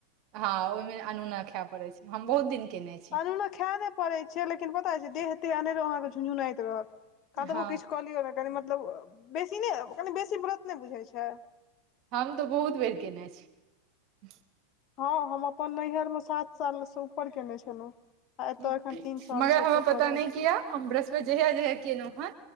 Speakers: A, on the right; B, on the left.
A: हँ ओहि मे अनुना खाय परे छै हम बहुत दिन केने छी
B: अनुना खाए नहि पड़ै छै लेकिन पता छै देह तेह अनेरो अहाँकेँ झुझुनाइत रहत कतबो
A: हँ
B: किछु कऽ लियौ नहि कनि मतलब बेसी नहि कनि बेसी व्रत नहि बुझैत छै
A: हम तऽ बहुत बेर केने छै
B: ह हम अपन नैहरमे सात सालसँ ऊपर केने छलहुँ आ एतय
A: मगर
B: एखन तीन सालसँ
A: हमरा
B: एतौ
A: पता
B: कऽ रहल
A: नहि किया
B: छी
A: हम ब्रस्पति। जहिया जहिया कलहु ह